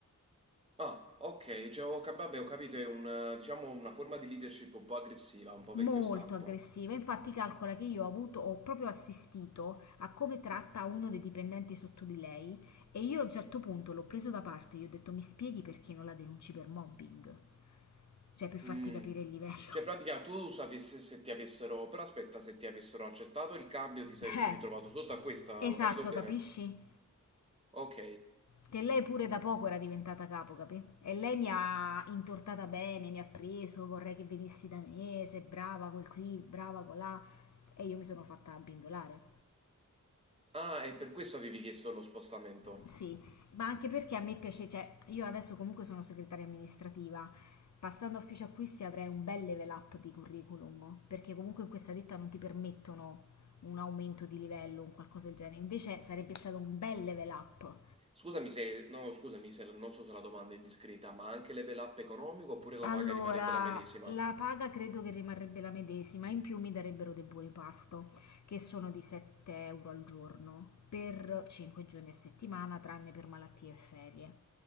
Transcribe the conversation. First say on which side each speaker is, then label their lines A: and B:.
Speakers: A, on the right; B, on the left.
A: Ah, ok, cioè, ho, cap- vabbè, ho capito, è un, eh, diciamo, una forma di leadership un po' aggressiva, un po' vecchio
B: Molto
A: stampo.
B: aggressiva, infatti calcola che io ho avuto, ho proprio assistito a come tratta uno dei dipendenti sotto di lei e io a un certo punto l'ho preso da parte, gli ho detto mi spieghi perché non la denunci per mobbing, cioè per farti
A: Mm.
B: capire il livello.
A: Cioè, in pratica, tu sapessi se ti avessero, però aspetta, se ti avessero accettato il cambio, ti saresti
B: Eh,
A: ritrovato sotto a questa,
B: esatto,
A: ho capito bene?
B: capisci?
A: Ok.
B: Che lei pure da poco era diventata capo, capì? E lei mi ha intortata bene, mi ha preso, vorrei che venissi da me, sei brava quel qui, brava colà. E io mi sono fatta abbindolare.
A: Ah, e per questo avevi chiesto lo spostamento.
B: Sì, ma anche perché a me piace, cioè, io adesso comunque sono segretaria amministrativa. Passando a ufficio acquisti avrei un bel level up di curriculum, perché comunque in questa ditta non ti permettono un aumento di livello, un qualcosa del genere. Invece sarebbe stato un bel level up.
A: Scusami se no, scusami se non so se la domanda è indiscreta, ma anche level up economico oppure la
B: Allora,
A: paga rimarrebbe la medesima?
B: la paga credo che rimarrebbe la medesima, in più mi darebbero dei buoni pasto, che sono di 7 euro al giorno, per 5 giorni a settimana, tranne per malattie e ferie.